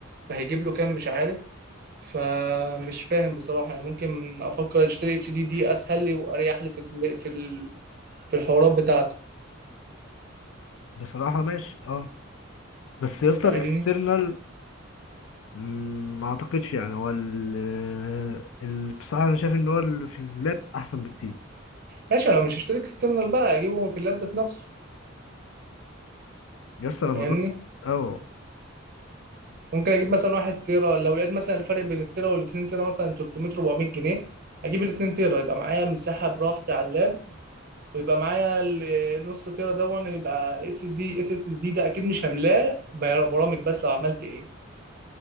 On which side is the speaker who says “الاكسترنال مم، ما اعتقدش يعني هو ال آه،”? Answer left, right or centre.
Left